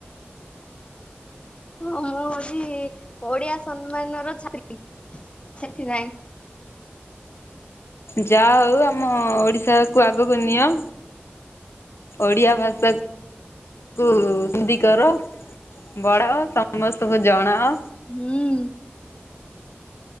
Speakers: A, on the left; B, on the left.
A: ହଁ ମୁଁ ହଉଛି ଓଡିଆ ସମ୍ମାନର ଛାତ୍ରୀ ସେଥିପାଇଁ
B: ଯାହା ହଉ ଆମ ଓଡିଶାକୁ ଆଗକୁ ନିଅ ଓଡ଼ିଆ ଭାଷା କୁ ହିନ୍ଦୀ କର ବଢ଼ାଅ ସମସ୍ତଙ୍କୁ ଜଣାଅ
A: ହୁଁ।